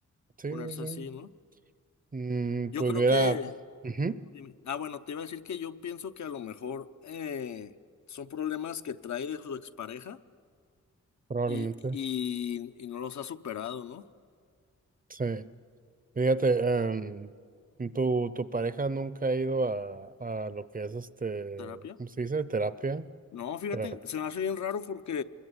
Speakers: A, on the right; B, on the left.
A: sí,
B: ponerse
A: sí, sí.
B: así, ¿no?
A: Mm,
B: Yo
A: pues
B: creo
A: mira,
B: que,
A: ujú,
B: dime. ah, bueno, te iba a decir que yo pienso que a lo mejor eh, son problemas que trae de su expareja
A: probablemente.
B: Y, y, y no los ha superado, ¿no?
A: Sí. Fíjate, em, tu, tu pareja nunca ha ido a, a lo que es este,
B: ¿Terapia?
A: ¿cómo se dice? Terapia.
B: No, fíjate,
A: Terapia.
B: se me hace bien raro porque